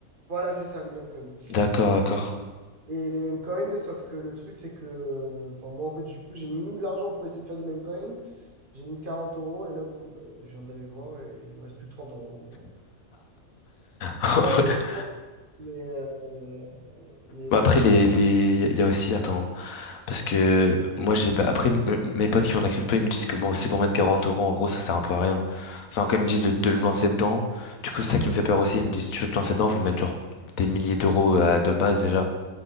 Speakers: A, on the right; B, on the left.
A: Voilà, c'est ça, les mêmes coins.
B: D'accord, d'accord.
A: Et les mêmes coins, sauf que le truc, c'est que. Enfin, moi, en fait, du coup, j'ai mis de l'argent pour essayer de faire du même coin. J'ai mis 40 euros, et là, bon, bah, je viens d'aller voir, et il me reste plus que 30 euros. Donc, bon.
B: <laughs>
A: Pas bien défendu, mais, euh, euh, mais ouais.
B: Bah après les les il y a aussi attends parce que moi j'ai bah, après m- mes potes qui font de la crypto ils me disent que bon c'est pour mettre quarante euros en gros ça sert un peu à rien enfin quand ils me disent de, de me lancer dedans du coup c'est ça qui me fait peur aussi ils me disent si tu veux te lancer dedans faut mettre genre des milliers d'euros à de base déjà